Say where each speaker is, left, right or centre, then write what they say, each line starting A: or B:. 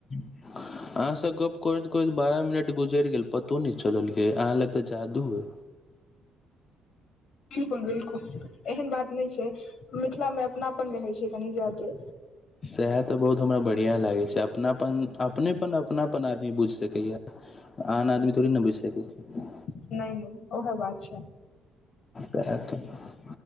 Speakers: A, on the left; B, on the left.
A: <inaudible> अहाँ सँ गप करैत करैत बारह मिनट गुजरि गेल पतो नय चलल यै अहाँ लग तऽ जादू हय
B: बिल्कुल बिल्कुल एहन बात नय छै मिथिलामे अपनापन रहै छै कनी जादे
A: सएह तऽ बहुत हमरा बढ़ियाँ लागै छै अपनापन अपनेपन अपनापन बुझि सकै ये आन आदमी थोड़बे न बुझि सकै छै
B: नहि नहि ओहे बात छै
A: सैह तऽ